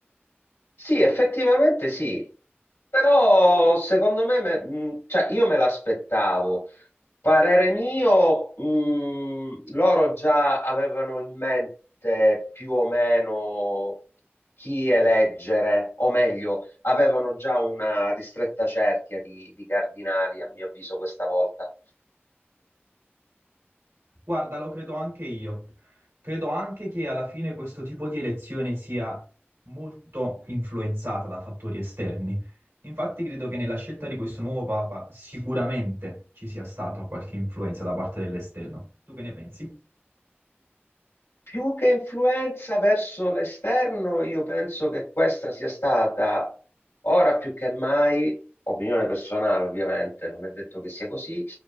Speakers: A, on the left; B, on the right.
A: Sì, effettivamente sì, però secondo me, me- mh, cioè, io me l'aspettavo, Parere mio, mh, loro già avevano in mente più o meno chi eleggere, o meglio, avevano già una ristretta cerchia di, di cardinali, a mio avviso, questa volta.
B: Guarda, lo credo anche io. Credo anche che alla fine questo tipo di elezione sia molto influenzata da fattori esterni. Infatti credo che nella scelta di questo nuovo Papa sicuramente ci sia stata qualche influenza da parte dell'esterno. Tu che ne pensi?
A: Più che influenza verso l'esterno, io penso che questa sia stata ora più che mai, opinione personale ovviamente, non è detto che sia così,